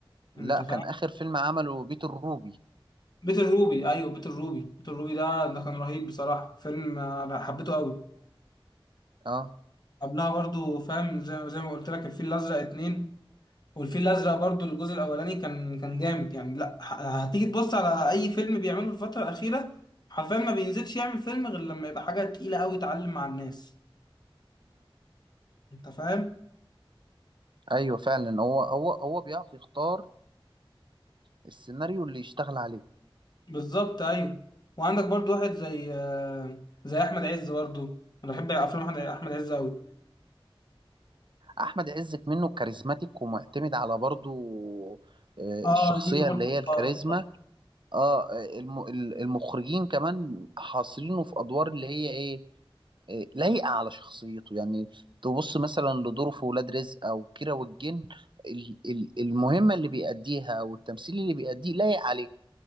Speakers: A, on the right; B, on the left.
A: لا
B: انت فاهم
A: كان آخر فيلم عمله بيت الروبي
B: بيت الروبي ايوه بيت الروبي بيت الروبي ده ده كان رهيب بصراحه فيلم انا حبيته قوي
A: اه
B: قبلها برضه فاهم زي زي ما قلت لك الفيل الازرق اتنين والفيل الازرق برضو الجزء الاولاني كان كان جامد يعني لا ه- هتيجي تبص على اي فيلم بيعمله الفتره الاخيره حرفيا ما بينزلش يعمل فيلم غير لما يبقى حاجه تقيله قوي تعلم مع الناس انت فاهم
A: ايوه فعلا هو هو هو بيعرف يختار السيناريو اللي يشتغل عليه
B: بالظبط ايوه وعندك برضو واحد زي آه، زي احمد عز برضو انا بحب افلام احمد أحمد عز قوي
A: احمد عز منه كاريزماتيك ومعتمد على برضو آه،
B: اه
A: الشخصيه
B: ليه برضو
A: اللي هي الكاريزما
B: اه
A: اه آه، الم- المخرجين كمان حاصرينه في ادوار اللي هي ايه آه، لايقه على شخصيته يعني تبص مثلا لدوره في ولاد رزق او كيرة والجن ال- ال- المهمه اللي بيأديها او التمثيل اللي بيأديه لايق عليه